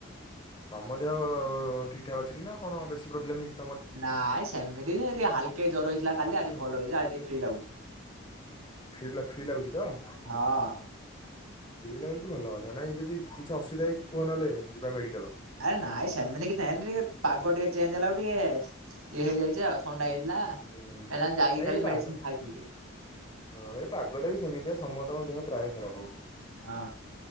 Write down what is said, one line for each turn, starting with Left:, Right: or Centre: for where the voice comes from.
Left: ତମ ଦେହ ଠିକ ଠା ଅଛି କି ନା କଣ ବେଶୀ ପ୍ରୋବ୍ଲେମ ହେଇ
Right: ନାଇଁ ସେମିତି ହାଲକେଇ ଜର ହେଇଥିଲା କାଲି ଆଜି ଭଲ ହେଇଛି ଆଜି ଫ୍ରି ଲାଗୁଛି।
Left: ଫି ଲା ଫ୍ରି ଲାଗୁଛି ତ ଫ୍ରି
Right: ହଁ
Left: ଲାଗୁଛି ତ ଭଲ ନା ନାଇଁ ଯଦି କିଛି ଅସୁବିଧା ହେଇଛି କୁହ ନହେଲେ ଯିବା ମେଡ଼ିକଲ।
Right: ଆରେ ନାଇଁ ସେମିତି କିଛି ନାଇଁ ଏମିତି ଟିକେ ପାଗ ଟିକେ ଚେଞ୍ଜ ହେଲା ଆଳ ଟିକେ ଇଏ ହେଇଯାଇଛି ଆଉ। ଥଣ୍ଡା ହେଇଥିଲା
Left: ହୁଁ
Right: ଏନା ଯାଇକି
Left: ନାଇଁ
Right: କାଲି
Left: ଏ ପାଗ
Right: ମେଡିସିନ ଖାଇଥିଲି।
Left: ହଁ ଏ ପାଗଟା ବି ସେମିତିଆ ସମସ୍ତଙ୍କ ଦେହ ପ୍ରାୟ ଖରାପ ହଉଛି।
Right: ହଁ